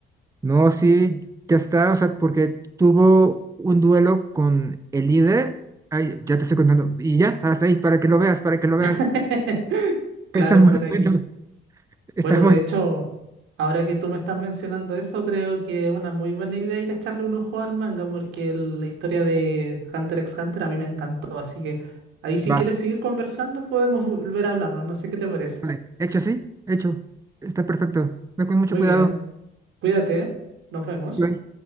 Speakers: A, on the right; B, on the right.
A: No, sí, ya está, o sea, porque tuvo un duelo con el líder. Ay, ya te estoy contando. Y ya, hasta ahí, para que lo veas, para que lo veas.
B: <laughs> Claro,
A: Está muy
B: ¿para
A: <laughs> bueno,
B: qué? Bueno,
A: está bueno.
B: de hecho, ahora que tú me estás mencionando eso, creo que es una muy buena idea ir a echarle un ojo al manga, porque el- la historia de Hunter x Hunter a mí me encantó, así que ahí si
A: Va,
B: quieres seguir conversando podemos volver a hablarnos, no sé qué te parece.
A: vale. Hecho, sí, hecho. Está perfecto. Ve con mucho
B: Muy
A: cuidado.
B: bien, cuídate, nos vemos.
A: Bye.